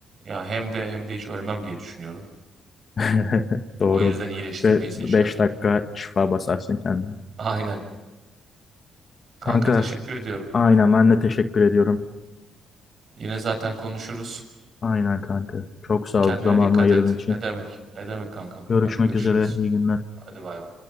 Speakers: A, on the right; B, on the left.
A: Ya hem de hem de hiç ölmem diye düşünüyorum.
B: <laughs> Doğru.
A: O yüzden iyileştirmeyi
B: Ve
A: seçiyorum.
B: 5 dakika şifa basarsın kendine.
A: <laughs> Aynen. Kanka
B: Kanka
A: teşekkür ediyorum.
B: aynen ben de teşekkür ediyorum.
A: Yine zaten konuşuruz.
B: Aynen kanka. Çok sağ
A: Kendine
B: ol zamanını
A: dikkat
B: ayırdığın
A: et.
B: için.
A: Ne demek? Ne demek kankam?
B: Görüşmek
A: Hadi görüşürüz.
B: üzere. İyi günler.
A: Hadi bay bay.